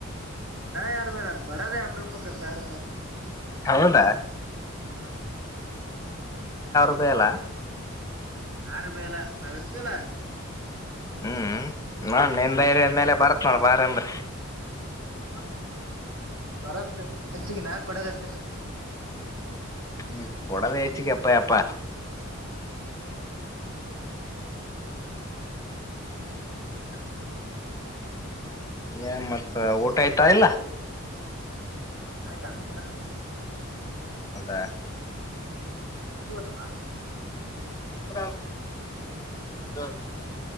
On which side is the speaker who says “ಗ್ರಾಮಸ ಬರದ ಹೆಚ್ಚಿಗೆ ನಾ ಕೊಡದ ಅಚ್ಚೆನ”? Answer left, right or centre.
Right